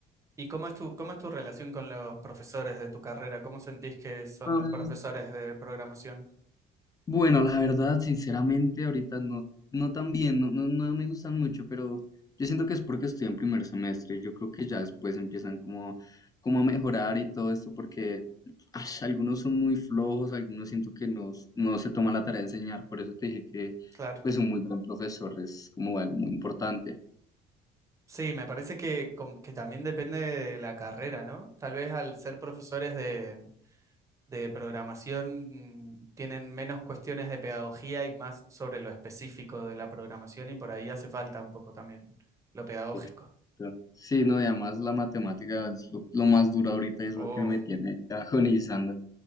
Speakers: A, on the right (about 20°); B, on the left (about 20°).
A: ¿Y cómo es tu, cómo es tu relación con los profesores de tu carrera? ¿Cómo sentís que son
B: Am,
A: los profesores de programación?
B: bueno, la verdad, sinceramente, ahorita no, no tan bien, no, no, no me gustan mucho, pero yo siento que es porque estoy en primer semestre. Yo creo que ya después empiezan como, como a mejorar y todo esto, porque ash, algunos son muy flojos, algunos siento que no, s- no se toman la tarea de enseñar. Por eso te dije que
A: Claro.
B: pues un muy buen profesor es como algo muy importante.
A: Sí, me parece que, com- que también depende de la carrera, ¿no? Tal vez al ser profesores de de programación tienen menos cuestiones de pedagogía y más sobre lo específico de la programación y por ahí hace falta un poco también lo pedagógico.
B: Exacto. Sí, no, y además la matemática es lo, lo más duro ahorita y es lo
A: Oh,
B: que me tiene agonizando.